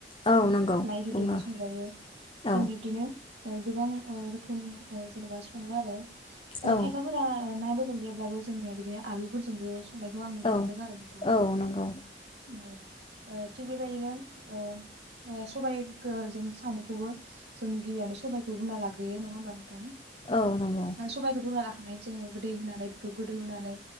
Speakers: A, on the left (about 30°); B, on the right (about 70°).
A: औ नंगौ
B: लायबो
A: बुङो
B: दोंबो संजायो
A: औ
B: जों बिब्दिनो ओ गोबां ओ रोखोम ओ जेनेबा सङो आरो। ओ
A: औ
B: खायफा फोरा ओ ना बेदर गैया ब्लाबो जोंनिया आलुफोरजोंबो संनायखौं आं नुनो
A: औ
B: मोन मोनदोंआरो नोंथां
A: औ नंगौ
B: औ। ओ थिग बे बायदिनो ओ सबाइखौ जों साम'खौबो जों गिबियावनो सबाइखौ रुना लाग्रोयो नङा होमबा नोंथां?
A: औ नंगौ
B: आं सबायखौ रूना लाखां थांनाय जोङो दै होनानै बेखौ गोदौहानै